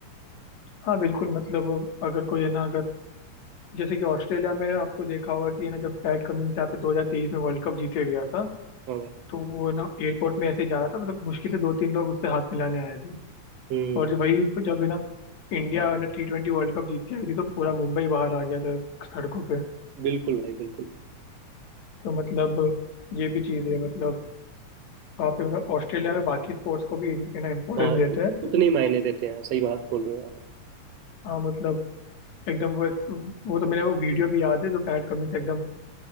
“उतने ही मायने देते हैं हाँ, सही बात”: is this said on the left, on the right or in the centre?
Right